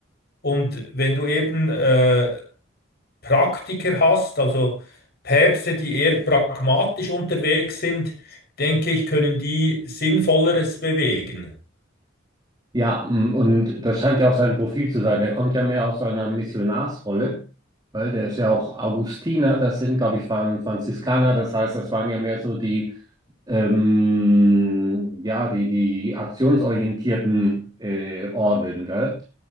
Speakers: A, on the left; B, on the right.
A: Und wenn du eben äh, Praktiker hast, also Päpste, die eher pragmatisch unterwegs sind, denke ich, können die Sinnvolleres bewegen.
B: Ja, m, und das scheint ja auch sein Profil zu sein. Der kommt ja mehr aus so einer Missionarsrolle, weil der ist ja auch Augustiner, das sind, glaube ich, waren Franziskaner, das heißt, das waren ja mehr so die, ähm, ja, die, die aktionsorientierten äh, Orden, gell?